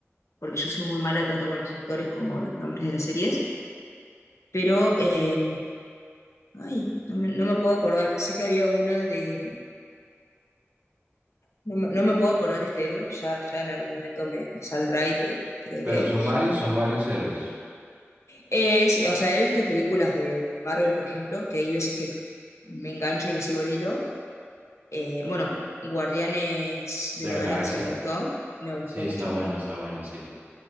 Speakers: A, on the left; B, on the right.
A: porque yo soy muy mala tanto con los actores como los nombres de las series. pero, eh, ay, no me, no me puedo acordar, sé que había una de, no me, no me puedo acordar este héroe, ya, ya en algún momento me, me saldrá y te, te lo
B: Pero
A: diré.
B: son varios, son varios héroes
A: Eh, sí, o sea, he visto películas de, de Marvel, por ejemplo, que hay veces que me engancho y le sigo el hilo. Eh, bueno, Guardianes de
B: de
A: la
B: la
A: Galaxia
B: galaxia.
A: me gustó, me gustó
B: Sí, está
A: mucho.
B: buena, está buena, sí.